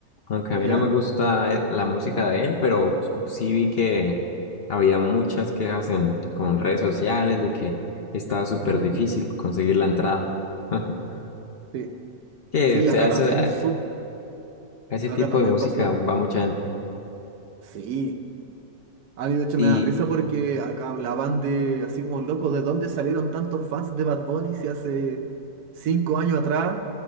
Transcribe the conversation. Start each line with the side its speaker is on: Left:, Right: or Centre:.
Left: aunque
Right: <laughs>
Left: a mí
Right: ¿Ya?
Left: no me gusta eh, la música de él, pero sí vi que había muchas quejas en con redes sociales de que estaba súper
Right: Mm,
Left: difícil conseguir la entrada. <laughs>
Right: sí.
Left: Que,
Right: Sí,
Left: o sea,
Right: acá
Left: eso-
Right: también,
Left: a
Right: sub,
Left: a ese
Right: acá
Left: tipo
Right: también
Left: de música
Right: pasó.
Left: va mucha gente.
Right: Sí. A mí de hecho
Left: Y,
Right: me da risa porque acá hablaban de, así como loco, de dónde salieron tantos fans de Bad Bunny si hace cinco años atrás